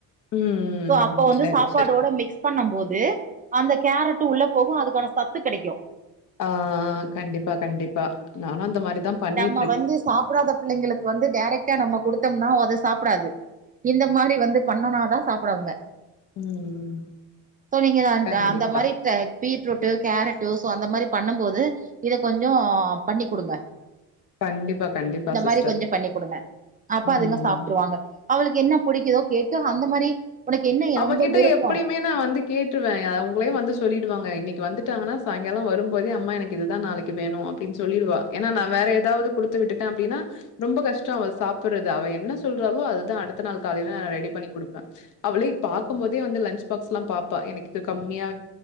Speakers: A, on the left; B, on the right.
A: ம் ம்
B: சோ அப்ப வந்து
A: சரி
B: சாப்பாடோட
A: சரி
B: மிக்ஸ் பண்ணம் போது அந்த கேரட் உள்ள போகும் அதுக்கான சத்து கெடக்கு
A: ஆ கண்டிப்பா கண்டிப்பா நானு அந்த மாதிரிதான் பண்ணிட்
B: நா வந்து சாப்பிடாத பிள்ளைங்களுக்கு வந்து டைரெக்டா நம்ம கொடுத்தோம்னா அத சாப்டாது இந்த மாதிரி வந்து பண்ணுனாதா சாப்டவாங்க
A: ம்
B: சோ நீங்க அந்த
A: கண்டிப்பா
B: அந்த மாத்ரி பீட்ரூட்டு கேரட்டு ஸோ அந்த மாத்ரி பண்ணும் போது இத கொஞ்சோ பண்ணி் குடுங்க
A: கண்டிப்பா கண்டிப்பா
B: இந்த மாரி
A: சிஸ்டர்
B: கொஞ்சோ பண்ணி் கு டுங்க அப்ப
A: ம்.
B: அதுங்க சாப்டுருவாங்க அவளுக்கு என்ன புடிக்குதோ கேட்டு அந்த மாரி உனக்கு என்ன
A: அவகிட்ட
B: ரொம்ப விருப்போ
A: எப்டிம் இப்பயு நா வந்து கேட்டுருவே அவுங்களே வந்து சொல்லிடுவாங்க இன்னைக்கு வந்துட்டாங்கன்னா சாயங்காலோ வரும்போதே அம்மா எனக்கு இதுதா நாளைக் கு வேணு அப்டின்னு சொல்லிற்வா ஏன்னா நா
B: ம்
A: வேற ஏதாவது குடுத்து விட்டுட்டே அப்டின்னா ரொம்ப கஷ்டோ அவ சாப்ற்து அவ என்ன சொல்றாலோ அதுதா அடுத்த நாள் காலைல நா ரெடி பண்ணி குடுப்பே அவளே பாக்கும்போதே வந்து லன்ச் பாக்ஸ்ல்லா பாப்பா எனக்கு இது கம்மியா